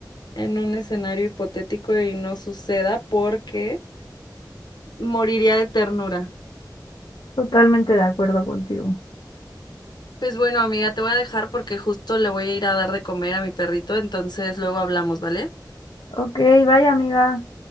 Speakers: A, on the left (about 65°); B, on the left (about 80°).
A: en un escenario hipotético y no suceda porque moriría de ternura.
B: Totalmente de acuerdo contigo.
A: Pues bueno, amiga, te voy a dejar porque justo le voy a ir a dar de comer a mi perrito, entonces luego hablamos, ¿vale?
B: Ok, vaya amiga.